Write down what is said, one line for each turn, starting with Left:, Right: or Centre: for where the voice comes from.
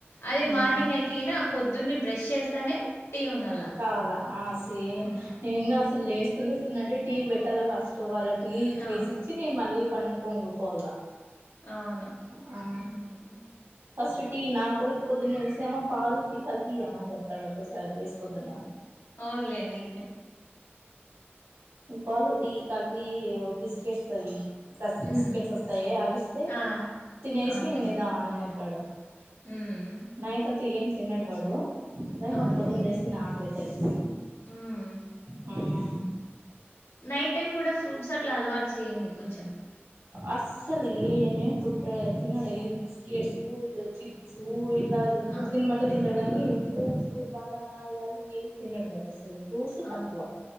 Left: అదే
Right: ఆ
Left: మార్నింగ్ అయితే ఈయన పొద్దున్నే బ్రష్ చేస్తేనే టీ ఉండాల
Right: కావాలా ఆ సేమ్
Left: హ్మ్
Right: నేను ఇంకా అసలు లేస్తూ లేస్తునే అంటే టీ పెట్టాలా ఫస్ట్ వాళ్ళ టీ ఇచ్చేసి
Left: ఆ
Right: నేను మళ్ళీ పని కి వంగుకోవల
Left: అవును
Right: ఆ
Left: హ్మ్
Right: ఫస్ట్ టీ నా కొడుకు పొద్దున్న లేసమ పాలు టీ కలిపియమ్మ అని చెప్తాడు ఒకేసారి లేసి పొద్దున్న
Left: అవునులేండి
Right: ఉమ్ పాలు టి కలిపి బిస్కెట్స్ తో ఇయి రస్క్
Left: హ్మ్
Right: బిస్కెట్స్ వస్తాయే అవి ఇస్తే
Left: ఆ
Right: తినేసి
Left: అవునులేండి
Right: ఇంక నిధానంగ ఉంటడు
Left: హ్మ్
Right: నైట్ అంత ఏం తినడు వాడు దానికి
Left: అవునులేండి.
Right: పొద్దున లేస్తనే ఆకలిఅయితాది
Left: హ్మ్.
Right: హుమ్
Left: నైట్ టైం కూడా ఫ్రూట్స్ అట్లా అలవాటు చేయయండి కొంచెం
Right: అస్సలు ఏమేమి కుట్ర తినడు బిస్కెట్స్ చిప్ నువ్ ఇట్లా ఫుడ్
Left: ఆ!
Right: తిన్మంట్ తింటడు గాని ఫ్రూట్సు బననా ఇవన్నీ ఎం తినడు వాడు అసలు ఫ్రూట్స్
Left: ఆ!
Right: తక్కువ